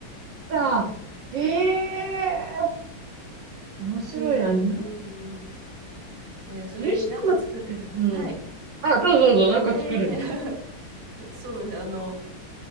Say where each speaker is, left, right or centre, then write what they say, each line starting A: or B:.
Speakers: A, on the right; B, on the right.
A: か。ええー、面白いな。
B: そうなのよ。
A: ニュ
B: うんうん。で、それになんか作らないと。
A: ニュージーランドって、
B: はい。
A: うん。あ、どうぞどうぞ、なんか作るんで。
B: ええ <laughs> そそうなんですよ。あの、